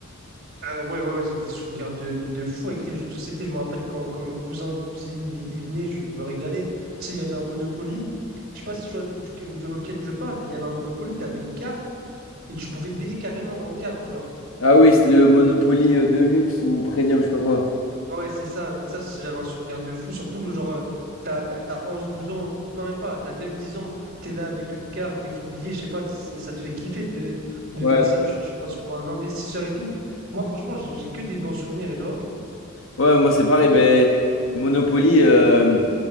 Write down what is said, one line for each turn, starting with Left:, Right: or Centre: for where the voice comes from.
Right: Euh, ouais, ouais, ouais, j'ai des souvenirs de, de, de fou avec les jeux de société. Je me rappelle quand, quand mes cousins, cousines, ils ils venaient, je, je me régalais. Tu sais, il y avait un Monopoly. Je sais pas si tu vois duquel- de, auquel je parle, il y avait un Monopoly, t'avais une carte et tu pouvais payer carrément en carte, genre.
Left: Ah oui, c'était le Monopoly euh, Deluxe ou Premium, je sais pas quoi.
Right: Ah Ouais, c'est ça. Mais ça, c'est- j'avais un souvenir de fou. Surtout que, genre, euh, t'as, t'as, t'as onze douze ans. Non, même pas. T'as neuf dix ans. T'es là avec une carte, des faux billets. Je sais pas, c- ça te fait kiffer de, de
Left: Ouais.
Right: faire ça. Tu, tu penses pour un investisseur et tout. Moi, franchement, j'ai j'ai que des bons souvenirs. Et toi?
Left: Ouais, moi c'est pareil, ben Monopoly, euh,